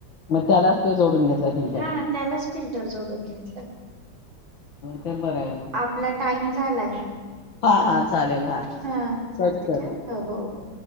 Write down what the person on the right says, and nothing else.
हा त्यालाच फिल्टर जोडून घेतलं.
आपला टाईम झालाय
हा चालत
ठेव हो हो हो.